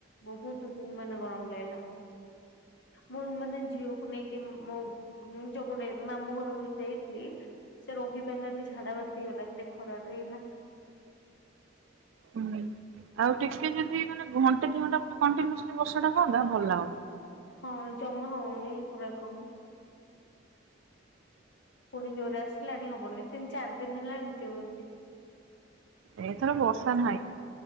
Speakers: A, on the left; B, on the right.
A: ବହୁତୁ ମାନେ ଗରମ୍ ଲାଗିଲା। ମୁଁ ମାନେ ଝିଅକୁ ନେଇକି ମୋ ଯଉ ଗୋଟେ ମାମୁଁ ଘରକୁ ଯାଇଥିଲି ସେ ରହି ପାରିଲାନି ଝାଡା ବାନ୍ତି ହେଇଗଲା ଏତେ ଖରାରେ ଏଇନା
B: ହୁଁ ଆଉ ଟିକେ ଯଦି ମାନେ ଘଣ୍ଟେ ଦି ଘଣ୍ଟା ପୁରା କଣ୍ଟିନୁସଲି ବର୍ଷା ଟା ହୁଅନ୍ତା ଭଲ୍ ଲାଗନ୍ତା।
A: ହଁ ଯମା ହଉନି ପୁରା କମ୍ ପୁଣି ଜୋରେ ଆସିଲାଣି ହବନି ତିନି ଚାରି ଦିନି ହେଲା ଏମିତି ହଉଚି।
B: ଏଈଥର ବର୍ଷା ନାହିଁ।